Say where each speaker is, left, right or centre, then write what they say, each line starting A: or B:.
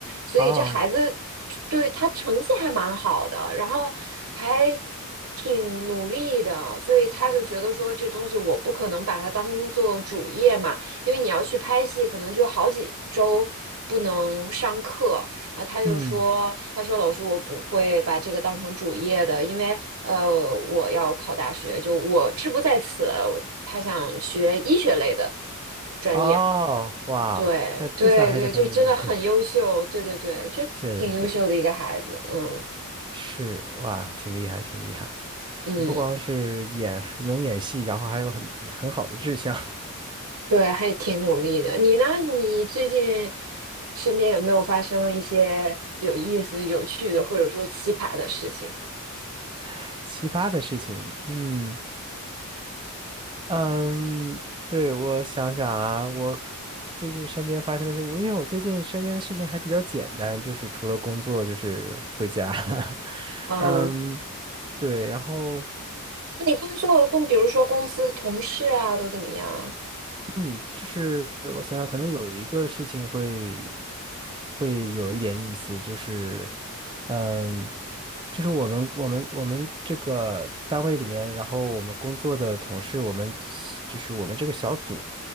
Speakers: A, on the right (about 65°); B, on the right (about 20°).
A: 所以这孩子
B: 哦
A: 对他成绩还蛮好的，然后还挺努力的，所以他就觉得说这东西我不可能把它当做主业嘛，因为你要去拍戏，可能就好几周不能上课，啊，他就说，
B: 嗯，
A: 他说老师，我不会把这个当成主业的，因为呃，我要考大学，就我志不在此。我他想学医学类的专业，
B: 哦，哇，
A: 对对对，
B: 那志向还是很远的，
A: 就真的很优秀，
B: <laughs>
A: 对对对，就挺优秀的一个孩子，
B: 是的，是的，
A: 嗯
B: 是哇，挺厉害，挺厉害。
A: 嗯，
B: 不光是演能演戏，然后还有很很好的志向。
A: 对，还挺努力的。你呢？你最近身边有没有发生一些有意思、有趣的，或者说奇葩的事情？
B: <laughs> 奇葩的事情，嗯，嗯，对，我想想啊，我最近身边发生的事，我因为我最近身边的事情还比较简单，就是除了工作就是回家，<laughs>
A: 嗯。
B: 嗯，对，然后。
A: 你工作说我公，比如说公司同事啊，都怎么样啊？
B: 嗯，就是我想想，可能有一个事情会会有一点意思，就是嗯，就是我们我们我们这个单位里面，然后我们工作的同事，我们就是我们这个小组，